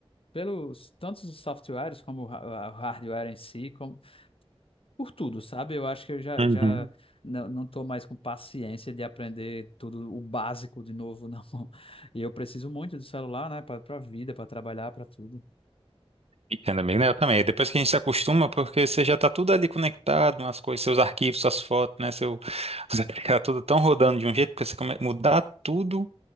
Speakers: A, on the left; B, on the right.
A: pelos tantos os softwares como o ha- o hardware em si, como, por tudo, sabe? Eu acho que eu já,
B: Uhum.
A: já não, não estou mais com paciência de aprender tudo o básico de novo, não. <laughs> E eu preciso muito do celular, né, para a vida, para trabalhar, para tudo.
B: Entendo, amigo, né? Eu também. Depois que a gente se acostuma, porque você já está tudo ali conectado, as coisas, seus arquivos, suas fotos, né? Seu, <laughs> você fica tudo tão rodando de um jeito, porque você come... mudar tudo.